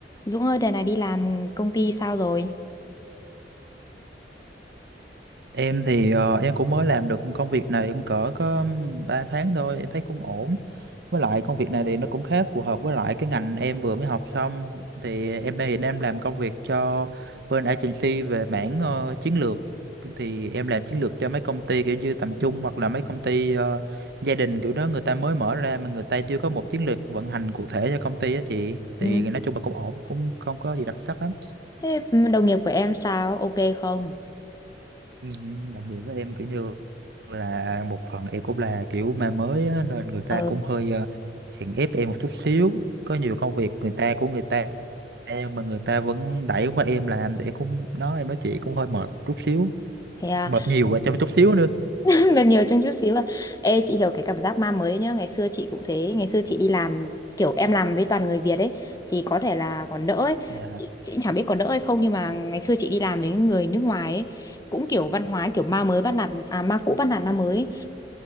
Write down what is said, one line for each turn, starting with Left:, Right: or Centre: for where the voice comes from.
Left: Dũng ơi, đợt này đi làm công ty sao rồi?
Right: Em thì ờ, em cũng mới làm được công việc này cũng cỡ có 3 tháng thôi, em thấy cũng ổn. Với lại công việc này thì nó cũng khá phù hợp với lại cái ngành em vừa mới học xong. Thì em đây thì em làm công việc cho bên agency về mảng ờ, chiến lược. Thì em làm chiến lược cho mấy công ty kiểu như tầm trung hoặc là mấy công ty ờ, gia đình kiểu đó người ta mới mở ra mà người ta chưa có một chiến lược vận hành cụ thể cho công ty á chị. Thì
Left: Ừ.
Right: nói chung là cũng ổn, cũng không có gì đặc sắc lắm.
Left: Thế đồng nghiệp của em sao? Ok không?
Right: Ừ, đồng nghĩa với em kiểu như là một phần em cũng là kiểu ma mới á, nên người ta
Left: Ờ.
Right: cũng hơi ờ, chèn ép em một chút xíu có nhiều công việc người ta của người ta em mà người ta vẫn đẩy qua em làm để cũng đó em nói chị cũng hơi mệt chút xíu
Left: Thế à,
Right: mệt nhiều và cho chút xíu nữa
Left: <laughs> gần nhiều trong chút xíu à. Ê, chị hiểu cái cảm giác ma mới nhá. Ngày xưa chị cũng thế. Ngày xưa chị đi làm, kiểu em làm với toàn người Việt ấy, thì có thể là còn đỡ ấy.
Right: Dạ.
Left: Chị, chị cũng chẳng biết có đỡ hay không, nhưng mà ngày xưa chị đi làm với người nước ngoài ấy, cũng kiểu văn hóa, kiểu ma mới bắt nạt, à ma cũ bắt nạt ma mới ấy.